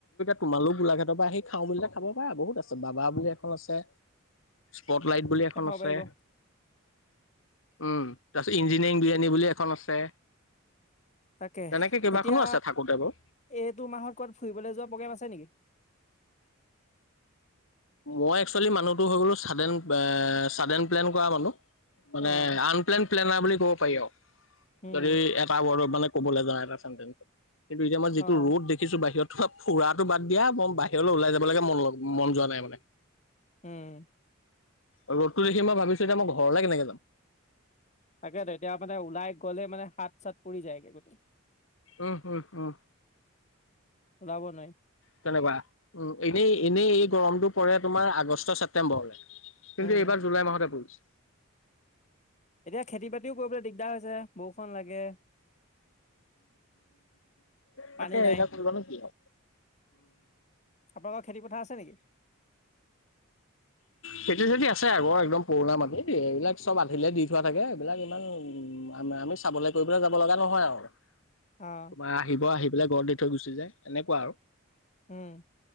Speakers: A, on the left; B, on the left.
A: তোমালোক গোলাঘাটৰ পৰা সেই খাওঁ বুলিলে খাব পাৰা বহুত আছে বাবা বুলি এখন আছে ফগ লাইট বুলি এখন
B: খাব
A: আছে
B: পাৰিব
A: উম তাৰছত ইঞ্জিনিয়াৰিং বিৰিয়ানী বুলি এখন আছে
B: তাকে
A: তেনেকে কেইবাখনো
B: এতিয়া
A: আছে থাকোতে বাৰু।
B: এইটো মাহত কবাত ফুৰিবলৈ যোৱা প্ৰগ্ৰেম আছে নেকি <inaudible>
A: মই একচুৱেলি মানুহটো হৈ গ'লো চাডেন চাদেন প্লেন কৰা মানুহ মানে
B: অ',
A: আনপ্লেন প্লেনা নাই বুলি ক'ব পাৰি আৰু
B: উম,
A: যদি এটা ৱৰ্ডত মানে ক'বলৈ যা এটা চেন কিন্তু এতিয়া মই যিটো
B: অ',
A: ৰ'দ দেখিছো বাহিৰত তোমাৰ ফুৰাটো বাদ দিয়া মই বাহিৰলৈ ওলাই যাব লাগে মন মন যোৱা নাই মানে
B: উম
A: ৰ'দটো দেখি মই ভাবিছো এতিয়া মই ঘৰলে কেনেকে যাম
B: তাকে তেতিয়া মানে ওলাই গ'লে মানে হাত চাত পুৰি যায়গে গোটেই
A: উহ উহ উহ
B: ওলাব নোৱাৰি
A: তেনেকুৱা উ এনেই এনেই গৰমটো পৰে তোমাৰ আগষ্টৰ ছেপ্তেম্বৰলৈ কিন্তু
B: উম,
A: এইবাৰ জুলাই মাহতে পৰিছে
B: এতিয়া খেতি বাতিও কৰিবলে দিগদাৰ হৈছে বৰষুণ লাগে।
A: তাকে
B: পানী নাই।
A: এইডাল ফুলৰ নো কি হ'ল।
B: আপোনালোকৰ খেতিপথাৰ আছে নেকি?
A: খেতি চেতি আছে আগৰ একদম পুৰণা মাটি এইবিলাক চব আঁধিলে দি থোৱা থাকে এইবিলাক ইমান উম আম আমি চাবলে কৰিবলে যাব লগা নহয় আৱ।
B: অ',
A: তোমাৰ আহিব আহি পেলাই ঘৰত দি থৈ গুচি যায়। এনেকুৱা আৰু
B: উম।